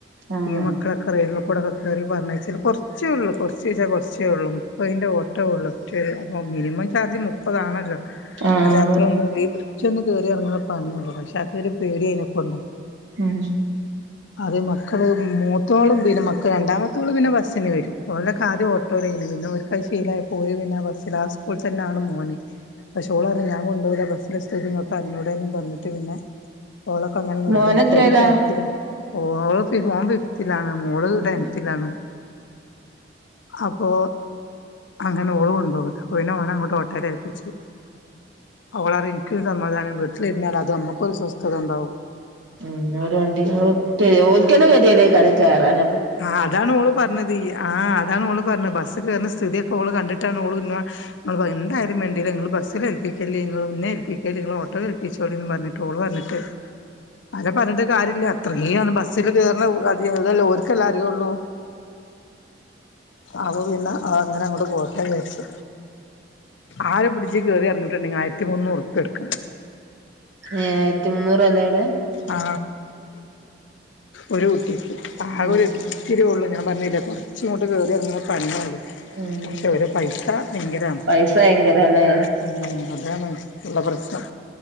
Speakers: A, on the right; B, on the left.
A: ആഹ്
B: ഈ മക്കളക്കെ റെയിൽമ്മ കൂടെ വ കേറി പറഞ്ഞേച്ച്ണ്. കൊർച്ചേള്ളൂ കൊർച്ച്ച്ചാൽ കൊർച്ചേള്ളൂ, മുപ്പയിന്റെ ഓട്ടോള്ളൂ. ഒ മിനിമം ചാർജ് മുപ്പതാണല്ലോ.
A: ആഹ്
B: പക്ഷെ,
A: അതാണ്
B: അത്രൊന്നുല്ലേര്ന്ന്, ബ്രിഡ്ജൊന്ന് കേറിയെർങ്ങ്ണ പണിയൊള്ളൂ, പക്ഷെ അതൊരു പേടിയാണ്പ്പം.
A: ഉം.
B: അത് മക്കള് മൂത്തോള് പിന്നെ മക്കൾ രണ്ടാമത്തോള് പിന്നെ ബസ്സ്ന് വരും. ഓലൊക്കെ ആദ്യം ഓട്ടോയിലേനി വെ പിന്നോർക്കഅ് ശീലായി. പോയിവര്ണ ആ ബസ്സ്ലാ. ആ സ്കൂള്തന്നാണ് മോന്. പക്ഷെ, ഓളർഞ്ഞ് ഞാങ്കൊണ്ടോവൂല ബസ്സ്ലെ സ്ഥിതിങ്ങക്കർഞ്ഞൂടെന്നും പർഞ്ഞിട്ട് പിന്നെ, ഓളൊക്കെ അങ്ങനെ നിർബന്ധിച്ചു.
A: മോനെത്രേലാ
B: ഓൾ ടെൻതിലാ. ഓളൊക്കെ ഫോൺവിൾ ലാണ്. മോള്
A: ഉം
B: ടെൻത്തിലാണ്. അപ്പോ അങ്ങനെ ഓള് കൊണ്ടോവലാ. പിന്നെ ഓളങ്ങോട്ട് ഓട്ടോലേൽപിച്ചി. അവളറിം ൻക്ക് സമാധാനം, വീട്ടിലിര്ന്നാൽ അത് അമ്മക്കൊരു സ്വസ്ഥതണ്ടാവും.
A: ഉം, ഒലെവണ്ടി ഓൽക്കെ, ഓൽക്കെന്നെ കെദ്യേടേക്കാരം കേറാന
B: ആ, അതാണോളുപർണത്, ആ അതാണോള് പർണ ബസ് കേർണ സിതിയൊക്കോള് കണ്ടിട്ടാണോള് മ്മാ <unintelligible> എന്തായാലും വേണ്ടില്ല നിങ്ങള് ബസ്സിലേൽപ്പിക്കല്ലീ ങ്ങള് ന്നെൽപ്പിക്കൽ ങ്ങളോട്ടോ ഏല്പിച്ചോളീന്നും പർഞ്ഞിട്ട് ഓള് പർഞ്ഞിട്ട്, അരെ പർഞ്ഞിട്ടുംകാര്യല്ല്യ. അത്രയേണ്ണം ബസ്സില് കേറ <unintelligible> ക്കല്ലെ അറിയോള്ളൂ, അത് പിന്നെ ആ അങ്ങനെങ്ങോട്ട് പോര്ട്ടെ വിചാര്ച്ച്. ആരെ പിടിച്ച് കേറിയെറങ്ങിട്ടുണ്ടെങ്കി ആയിരത്തി മുന്നൂർപ്യട്ക്കും.
A: ഏ ആയിരത്തി മുന്നൂറാലെ ടെ
B: ആ, ഒരു കുട്ടിക്ക്. ആകെ
A: ഉം
B: ഒരിത്തിര്യോ ള്ളേ ഞാൻ പറഞ്ഞീല്ലേ കൊർചിങ്ങോട്ട് കേറിഎർങ്ങ്ണ പണ്യോള്ളൂ.
A: ഉം
B: പക്ഷെ, ഓരെ പൈസ ഭയങ്കരാണ്.
A: പൈസ ഭയങ്കരല്ലേ
B: ആ അതാണ് ഉള്ള പ്രശ്നം.